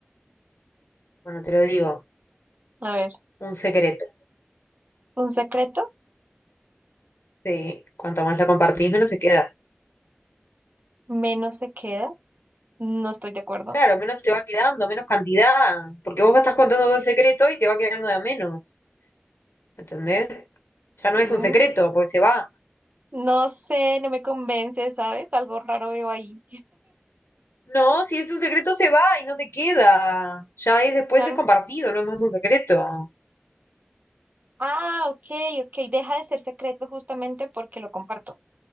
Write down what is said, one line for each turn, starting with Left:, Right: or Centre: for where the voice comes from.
Left: Bueno, te lo digo,
Right: a ver,
Left: un secreto.
Right: un secreto,
Left: Sí, cuanto más lo compartís, menos se queda.
Right: menos se queda, no estoy de acuerdo.
Left: Claro, menos te va quedando, menos cantidad, porque vos estás contando todo el secreto y te va quedando de a menos, ¿entendés? Ya no
Right: Mm,
Left: es un secreto, porque se va.
Right: no sé, no me convence, ¿sabes? Algo raro veo ahí.
Left: No, si es un secreto se va y no te queda. Ya es después
Right: Claro.
Left: es compartido, no es más un secreto.
Right: Ah, ok, ok, deja de ser secreto justamente porque lo comparto.